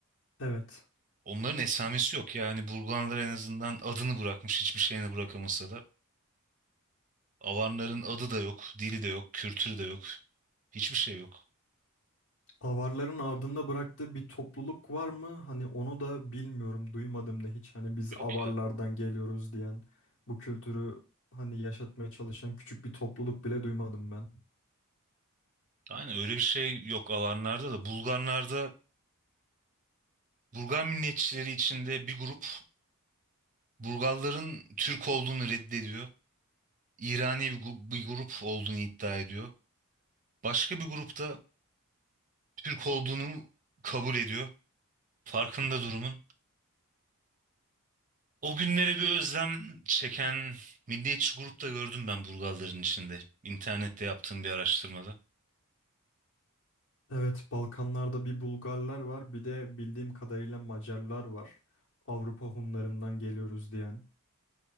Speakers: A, on the left; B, on the right.
A: Evet.
B: Onların esamesi yok yani Burgulanlar en azından adını bırakmış hiçbir şeyini bırakamasa da. Avarların adı da yok, dili de yok, kültürü de yok. Hiçbir şey yok.
A: Avarların ardında bıraktığı bir topluluk var mı? Hani onu da bilmiyorum, duymadım da hiç. Hani biz avarlardan
B: Yok ya.
A: geliyoruz diyen, bu kültürü hani yaşatmaya çalışan küçük bir topluluk bile duymadım ben.
B: Aynen öyle bir şey yok Avarlarda da. Bulgarlarda Bulgar milliyetçileri içinde bir grup Bulgarların Türk olduğunu reddediyor. İrani bir, gu- bir grup olduğunu iddia ediyor. Başka bir grupta Türk olduğunu kabul ediyor. Farkında durumun. O günlere bir özlem çeken milliyetçi grupta gördüm ben Burgalların içinde. İnternette yaptığım bir araştırmada.
A: Evet, Balkanlarda bir Bulgarlar var, bir de bildiğim kadarıyla Macarlar var. Avrupa Hunlarından geliyoruz diyen.